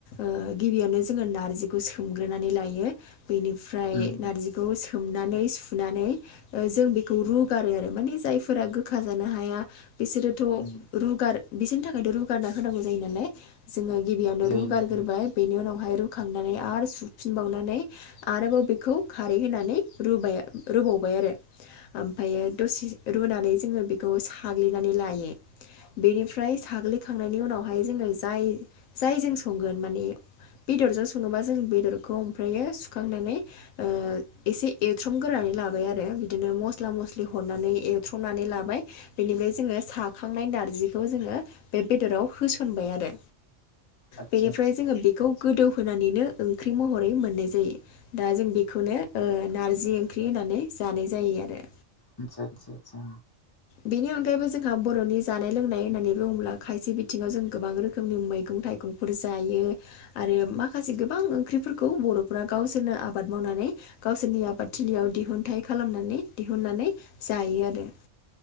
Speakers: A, on the left (about 90°); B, on the left (about 20°).
A: ओ गिबियावनो जोङो नार्जिखौ सोमग्रोनानै लायो बेनिफ्राय
B: उम
A: नार्जि खौ सोमनानै सुनानै ओ जों बेखौ रुगारो आरो माने जायफोरा गो खाजानो हाया बिसोरोथ'
B: उम
A: रुगार बिसोरनि थाखायथ' रुगारना होनांगौ जायो नालाय जोङो गिबियावनो
B: जायो
A: रु
B: नोंथां
A: गारग्रोबाय बेनि उनावहाय रुखांनानै आरो सुफिनबावनानै आरोबाव बेखौ खारै होनानै रुबाय रुबावबाय आरो आमफ्रायो दसे रुनानै जोङो बेखौ साग्लिनानै लायो बेनिफ्राय साग्लिखांनायनि उनावहाय जोङो जाय जाय जों संगोन माने बेदरजों सङोबा जों बेदरखौ ओमफ्रायो सुखांनानै ओ एसे एरथ्रमगोरानै लाबाय आरो बिदिनो मस्ला मस्लि हरनानै एरथ्रम नानै लाबाय बेनिफ्राय जोङो साखांनाय नारजिखौ जोङो बे बेदराव होसनबाय आरो
B: आदसा
A: बेनिफ्राय
B: आदसा
A: जोङो बेखौ गोदौ होनोनानैनो ओंख्रि महरै मोननाय जायो दा जों बे खौनो ओ नारजि ओंख्रि होनानै जानाय जायो आरो
B: आतसा-सा-सा
A: बेनि अनगायैबो जोंहा बर'नि जानाय लोंनाय होननानै बुङोब्ला खायसे बिथिङाव जों गोबां रोखोमनि मैगं थाइगं फोर जायो आरो माखासे गोबां ओंख्रिफोरखौ बर'फोरा गावसोरनो आबाद मावनानै गावसोरनि आबादथिलियाव दिहुनथाइ खालामनानै दिहुननानै जायो आरो।